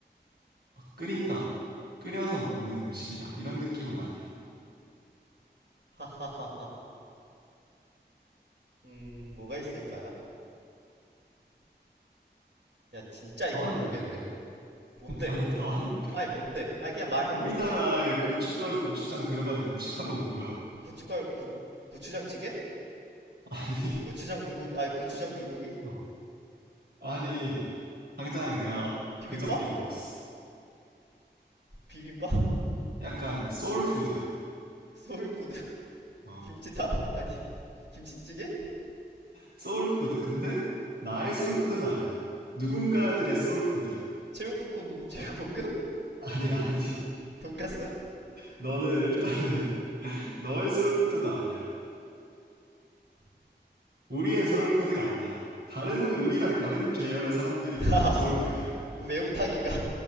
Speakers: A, on the right; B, on the right.
A: 막 끓인다. 끓여서 먹는 음식이다. 이런 느낌은 아니야. 다
B: 하하하하. 음 뭐가 있을까요? 야 진짜 이건
A: 왔는데,
B: 모르겠는데?
A: 그냥.
B: 뭔데?
A: <laughs> 아니, 다 왔는데.
B: 아니 뭔데? 아니 그냥 말해.
A: 우리나라에
B: 뭔데?
A: 고춧가루, 고추장 들어가는 음식 하면 뭐야?
B: 고춧가루 고 고추장찌개?
A: 아니,
B: 고추장 물고기? 아니 고추장 물고기?
A: 어. 아니, 당장 내가
B: 비빔밥?
A: 그저께 먹었어.
B: 비빔밥?
A: 약간 소울푸드야.
B: 소울푸드? <laughs>
A: 어,
B: 김치탕? 아니 김치찌개?
A: 소울푸드. 근데 나의 소울푸드는 아니야. 누군가들의 소울푸드야.
B: 제육볶음 제육볶음?
A: 아니, 아니.
B: 돈까스? 하하
A: 너는 일단은 <laughs> 너의 소울푸드도 아니야. 우리의 소울푸드가 아니야. 다른, 우리랑 다른 계열의 사람들이
B: <laughs>
A: 보통 소울푸드야.
B: 뭐 매운탕인가?